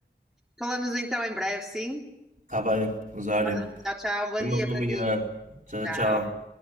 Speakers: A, in the centre; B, on the right.
A: Falamos então em breve, sim?
B: Está bem, Rosário.
A: Tá. Tchau, tchau. Bom
B: Tenha
A: dia
B: uma boa
A: para
B: manhã.
A: ti.
B: Tchau,
A: Tchau.
B: tchau.